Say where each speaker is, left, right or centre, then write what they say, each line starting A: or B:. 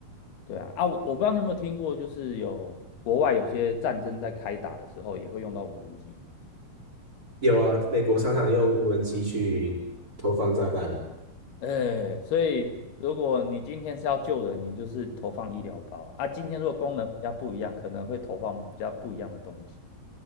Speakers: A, on the left (about 80°); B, on the right (about 20°).
A: 对啊，啊，我我不知道你有没有听过，就是有国外有些战争在开打的时候也会用到无人机，
B: 有啊，美国常常用无人机去投放炸弹，
A: 哎，所以如果你今天是要救人，你就是投放医疗包啊。啊今天如果功能比较不一样，可能会投放比较不一样的东西。